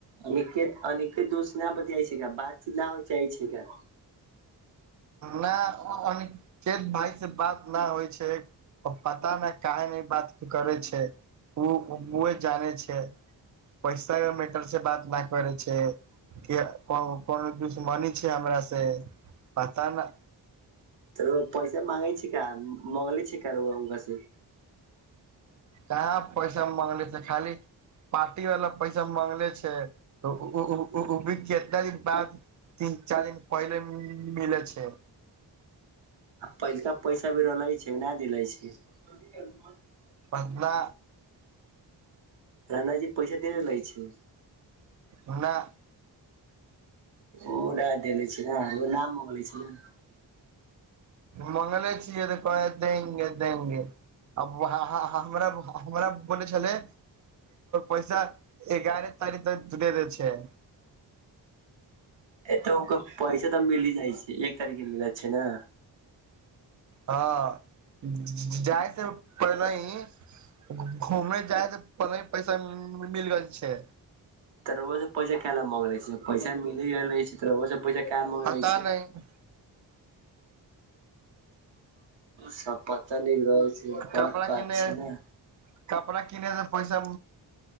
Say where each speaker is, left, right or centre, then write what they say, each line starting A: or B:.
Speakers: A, on the right; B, on the right.
A: अनिकेत अनिकेत दोस नहि बतियाइ जाइ छै बातचीत नहि हो जाइ छै
B: नहि अनिकेत भाय से बात ना होय छै पता नहि काहे नहि ई बात करै छै ओ ओ जाान छै पैसा मेटर से बात नाकरै छै किया को कोनो दुशमनी छै हमरा से पता न
A: तर पैसा मंगै छै क मंगल छै क र ओनक से
B: कहां पैसा मंगली छै खाली पारटी वला पैसा माँगले छै ओ भी केतना दिन बाद तीन चारि दिन पहिले मिले छै
A: आ पैलका पैसा भी रहले छै नहि देले छै <inaudible>
B: पगला
A: रनाजी पैसा दे लै छै
B: हमरा
A: ओ नहि देले छै ने ओ नाम मगले छै ने
B: मंगले छियै कहै हम देंगे देंगे आब आ हमरा बोल छलै पैसा एगारह तारिख तक द दै छै
A: ए तऽ ओकर पैसे तऽ मिल जाइ छै एक तारीख के मिल छै ने
B: हँ जाइ से पहिले ही घूम जाइ से प नहि पैसा मिल गेल छै
A: तऽगोसँ पैसा क ला मग ले छै पैसा मिली गेल रहे छै तऽ पूजा कए मग
B: पता
A: रहै छै
B: नहि
A: सब पता न रहै छै बड़
B: कपड़ा
A: बात
B: किने
A: छै ने
B: कपड़ा किनेै लै पैसा